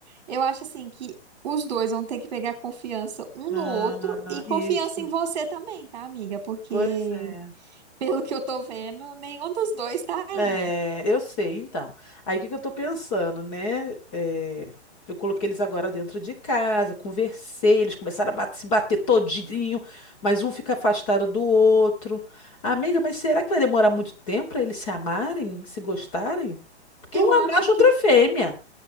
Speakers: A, on the right; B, on the left.
A: Eu acho assim que os dois vão ter que pegar confiança um
B: Ah,
A: no outro e confiança
B: isso.
A: em você também, tá, amiga? Porque
B: Pois é.
A: pelo que eu tô vendo, nenhum dos dois tá ainda.
B: É, eu sei, então. Aí o que que eu tô pensando, né? É, eu coloquei eles agora dentro de casa, conversei, eles começaram a bat- se bater todinho, mas um fica afastado do outro. Amiga, mas será que vai demorar muito tempo para eles se amarem, se gostarem? Porque
A: Eu
B: um
A: acho
B: é macho,
A: que
B: outro é fêmea.